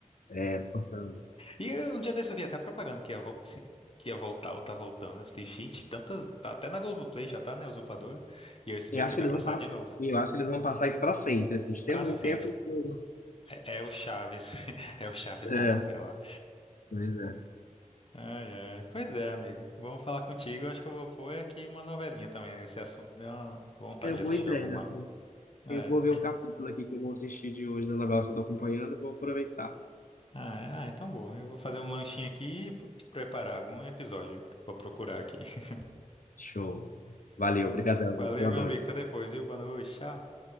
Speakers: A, on the left; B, on the left.
A: é, passando.
B: E eu, um dia desse eu vi até a propaganda que ia, vol- se- que ia voltar ou tá voltando. Eu falei, gente, tantas. tá Até na Globoplay já tá, né? Usurpadora. E o SBT
A: Eu acho
B: vai
A: que eles
B: passar
A: vão, pa-
B: de novo.
A: eu acho que eles vão passar isso pra sempre, assim, de
B: Pra
A: tempos
B: sempre.
A: em tempos. eu-
B: É, é o Chaves. <laughs> É o Chaves
A: É,
B: da novela.
A: pois é.
B: Ai, ai. Pois é, amigo. Vamos falar contigo. Eu Acho que eu vou pôr aqui uma novelinha também. Esse assunto deu uma vontade
A: É uma
B: de assistir
A: boa ideia.
B: alguma. É.
A: Eu vou ver o capítulo aqui que eu vou assistir de hoje da novela que eu tô acompanhando e vou aproveitar.
B: Ah, é- ah, então boa. Eu vou fazer um lanchinho aqui e e preparar algum episódio. Vou procurar aqui. <laughs>
A: Show. Valeu, obrigadão.
B: Valeu,
A: Boa
B: meu
A: noite.
B: amigo. Até depois, viu? Boa noite. Tchau.